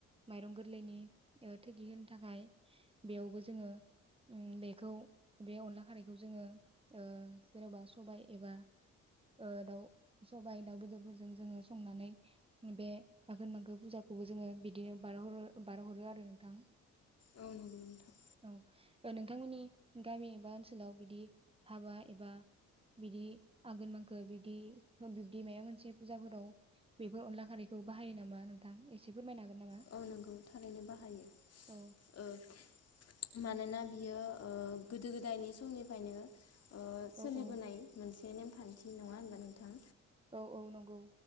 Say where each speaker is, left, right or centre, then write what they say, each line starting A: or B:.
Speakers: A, on the right; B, on the left.
A: माइरं गोरलैनि ओ थोगि होनो थाखाय बेयावबो जोङो उम बेखौ बे अनला खारैखौ जोङो ओ जेन'बा सबाय एबा ओ दाव सबाय दाव बेदरफोरजों जोङो संनानै बे आघोन मांखो पुजाखौ जोङो बिदिनो बारहरो बारहरो आरो नोंथां।
B: औ नंगौ नोंथां
A: औ ओ नोंथांमोननि गामि एबा ओनसोलाव बिदि हाबा एबा बिदि आगोन मांखो बिब्दि बिब्दि माया मोनसे फुजाफोराव बेफोर अनला खारानायखौ बाहायो नामा नोंथां, एसे फोरमायनो हागोन? नामा
B: औ नोंगौ थारैनो बाहायो
A: औ
B: ओ मानोना बियो ओ गोदो गोदायनि समनिफायनो ओ
A: औ
B: सोलिबोनाय
A: औ
B: मोनसे नेमखान्थि नङा होनबा? नोंथां
A: औ औ नंगौ।